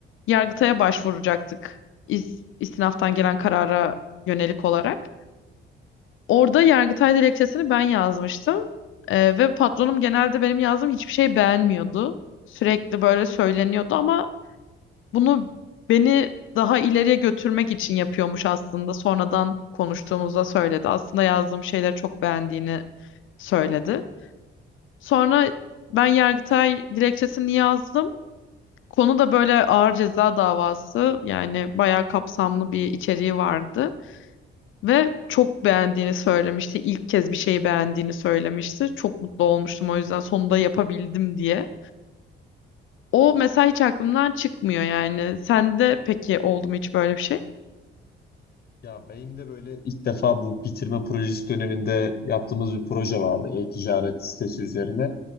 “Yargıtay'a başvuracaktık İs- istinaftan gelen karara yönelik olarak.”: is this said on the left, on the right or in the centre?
Left